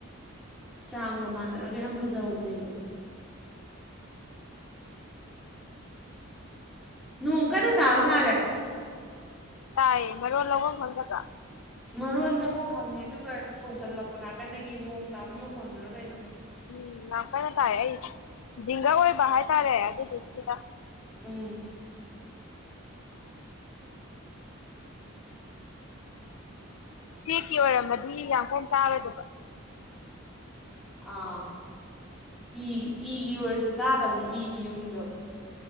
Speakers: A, in the centre; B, on the left.
A: ꯆꯥꯡꯒ ꯃꯥꯟꯅꯔꯒ ꯌꯥꯝ ꯐꯖꯍꯧꯕꯅꯦꯕ ꯅꯣꯡ ꯀꯟꯅ ꯇꯥꯕ ꯃꯥꯜꯂꯦ
B: ꯇꯥꯏꯌꯦ ꯃꯔꯣꯟ ꯂꯧꯕ ꯈꯪꯗꯕ
A: ꯃꯔꯣꯟꯁꯦ ꯑꯃꯨ ꯈꯪꯉꯦ ꯑꯗꯨꯒ ꯁꯧꯖꯜꯂꯛꯄ ꯅꯥꯀꯟꯗꯒꯤ ꯅꯣꯡ ꯇꯥꯕꯩ ꯃꯈꯣꯟꯗꯨꯔ ꯀꯩꯅꯣ
B: ꯎꯝ ꯌꯥꯝ ꯀꯟꯅ ꯇꯥꯏ ꯑꯩ ꯖꯤꯡꯒꯥ ꯑꯣꯏꯕ ꯍꯥꯏꯇꯥꯔꯦ ꯑꯗꯨꯗꯨꯒꯤꯅꯤꯗ
A: ꯎꯝ
B: ꯆꯦꯛꯀꯤ ꯑꯣꯏꯔꯝꯃꯗꯤ ꯌꯥꯡꯈꯩ ꯇꯥꯔꯣꯏꯗꯕ
A: ꯑꯥ ꯏꯒꯤ ꯏꯒꯤ ꯑꯣꯏꯔꯁꯨ ꯇꯥꯗꯕꯅꯤ ꯏꯒꯤ ꯌꯨꯝꯗꯣ